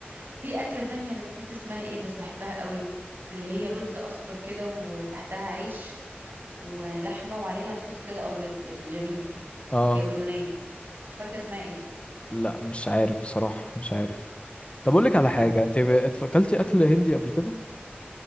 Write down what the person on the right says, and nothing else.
في اكله تانية انا نسيت اسمها ايه بس بحبها قوي اللي هي رز اصفر كده وتحتها عيش ولحمه وعليها صوص كده ابيض الجبيد
هي اردنيه مش فاكره اسمها ايه
يا
لهوي